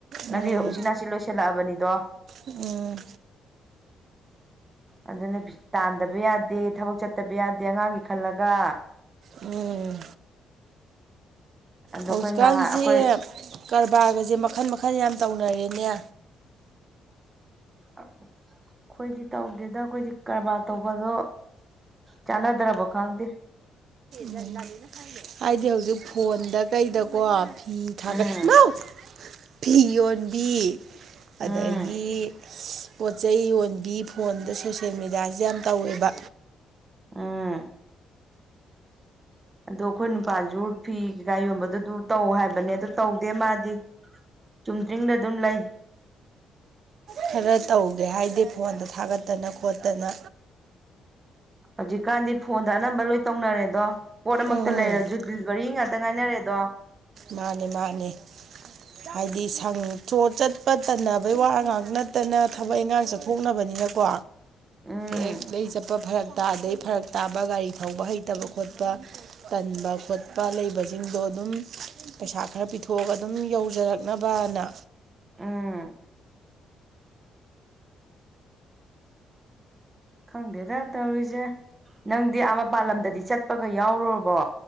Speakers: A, on the right; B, on the right.
A: ꯅꯪꯒꯤ
B: ꯎꯝ
A: ꯎꯆꯤꯟꯅꯥꯁꯤ ꯂꯣꯏꯁꯤꯜꯂꯛꯑꯕꯅꯤꯗꯣ
B: ꯎꯝ
A: ꯑꯗꯨꯅ ꯇꯥꯟꯗꯕ ꯌꯥꯗꯦ ꯊꯕꯛ ꯆꯠꯇꯕ ꯌꯥꯗꯦ ꯑꯉꯥꯡꯒꯤ ꯈꯜꯂꯒ
B: ꯎꯝ
A: ꯑꯗꯣ
B: ꯍꯧꯖꯤꯛꯀꯥꯟꯁꯦ
A: ꯑꯩꯈꯣꯏ ꯉꯥꯏꯍꯥꯛ ꯑꯩꯈꯣꯏ
B: ꯀꯔꯕꯥꯔꯒꯁꯦ ꯃꯈꯟ ꯃꯈꯜ ꯌꯥꯝ ꯇꯧꯅꯔꯦꯅꯦ
A: ꯑꯩꯈꯣꯏꯗꯤ ꯇꯧꯗꯦꯗ ꯑꯩꯈꯣꯏꯗꯤ ꯀꯔꯕꯥꯔ ꯇꯧꯕꯗꯣ ꯆꯥꯟꯅꯗ꯭ꯔꯕ ꯈꯪꯗꯦ
B: ꯀ ꯂꯅꯤꯅ ꯈꯥꯏ ꯍꯥꯏꯗꯤ ꯍꯧꯖꯤꯛ ꯐꯣꯟꯗ ꯀꯩꯗꯀꯣ ꯐꯤ ꯊꯥꯒꯠꯂꯤꯅꯣ
A: ꯎꯝ
B: ꯐꯤ ꯌꯣꯟꯕꯤ
A: ꯎꯝ
B: ꯑꯗꯒꯤ ꯄꯣꯠ ꯆꯩꯩ ꯌꯣꯟꯕꯤ ꯐꯣꯟꯗ ꯁꯣꯁꯦꯜ ꯃꯦꯗꯤꯌꯥꯁ ꯌꯥꯝ ꯇꯧꯋꯦꯕ
A: ꯎꯝ ꯑꯗꯣ ꯑꯩꯈꯣꯏ ꯅꯨꯄꯥꯁꯨ ꯐꯤ ꯀꯩꯀꯥ ꯌꯣꯟꯕꯗꯨ ꯑꯗꯨ ꯇꯧ ꯍꯥꯏꯕꯅꯦ ꯑꯗꯨ ꯇꯧꯗꯦ ꯃꯥꯗꯤ ꯆꯨꯝꯗ꯭ꯔꯤꯡꯗ ꯑꯗꯨꯝ ꯂꯩ
B: ꯈꯔ ꯇꯧꯒꯦ ꯍꯥꯏꯗꯤ ꯐꯣꯟꯗ ꯊꯥꯒꯠꯇꯅ ꯈꯣꯠꯇꯅ
A: ꯍꯧꯖꯤꯛꯀꯥꯟꯗꯤ ꯐꯣꯟꯗ ꯑꯅꯝꯕ ꯂꯣꯏ ꯇꯧꯅꯔꯦꯗꯣ ꯄꯣꯠ ꯑꯃꯛꯇ
B: ꯎꯝ
A: ꯂꯩꯔꯁꯨ ꯒꯥꯔꯤ ꯉꯥꯛꯇ ꯉꯥꯏꯅꯔꯦꯗꯣ
B: ꯃꯥꯅꯦ ꯃꯥꯅꯦ ꯍꯥꯏꯗꯤ ꯁꯪ ꯆꯣꯠ ꯆꯠ ꯄ ꯇꯟꯅꯕꯩ ꯋꯥ ꯉꯥꯛꯇ ꯅꯠꯇꯅ ꯊꯕꯛ ꯏꯪꯈꯥꯡ ꯆꯠꯊꯣꯛꯅꯕꯅꯤꯅꯀꯣ
A: ꯎꯝ
B: ꯍꯦꯛ ꯂꯩ ꯆꯠꯄ ꯐꯔꯛ ꯇꯥ ꯑꯗꯩ ꯐꯔꯛ ꯇꯥꯕ ꯒꯥꯔꯤ ꯊꯧꯕ ꯍꯩꯇꯕ ꯈꯣꯠꯄ ꯇꯟꯕ ꯈꯣꯠꯄ ꯂꯩꯕꯁꯤꯡꯗꯣ ꯑꯗꯨꯝ ꯄꯩꯁꯥ ꯈꯔ ꯄꯤꯊꯣꯛꯑꯒ ꯑꯗꯨꯝ ꯌꯧꯖꯔꯛꯅꯕꯅ
A: ꯎꯝ ꯈꯪꯗꯦꯗ ꯇꯧꯔꯤꯁꯦ ꯅꯪꯗꯤ ꯃꯄꯥꯥꯟꯂꯝꯗꯗꯤ ꯆꯠꯄꯒ ꯌꯥꯎꯔꯔꯕꯣ